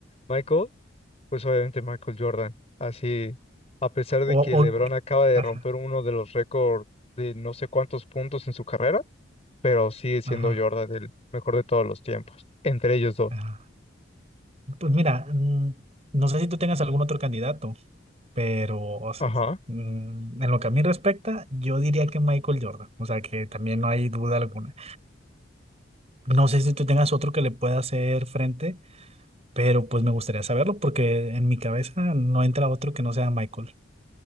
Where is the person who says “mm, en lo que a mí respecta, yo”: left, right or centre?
Right